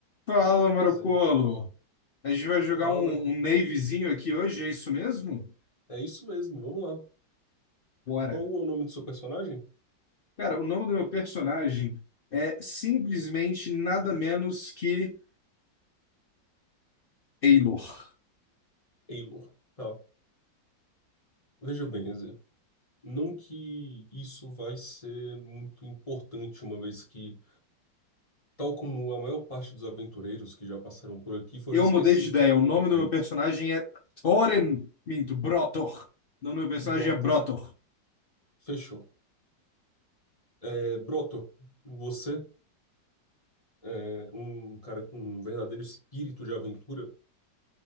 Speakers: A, on the left; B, on the left.
A: Fala, Marocolo!
B: Quer dizer,
A: A gente vai jogar
B: fala.
A: um, um Navyzinho aqui hoje, é isso mesmo?
B: É isso mesmo, vamos lá.
A: Bora!
B: Qual é o nome do seu personagem?
A: Cara, o nome do meu personagem é simplesmente nada menos que Eilor.
B: Eilor. Tá. Veja bem, quer dizer, não que isso vai ser muito importante, uma vez que, tal como a maior parte dos aventureiros que já passaram por aqui, foram
A: Eu
B: esquecidos
A: mudei de ideia,
B: pelo
A: o nome
B: tempo.
A: do meu personagem é Thorin, minto, Brotor. O nome do meu personagem
B: Broto.
A: é Brotor.
B: Fechou. É, Broto, você, é, um cara com um verdadeiro espírito de aventura,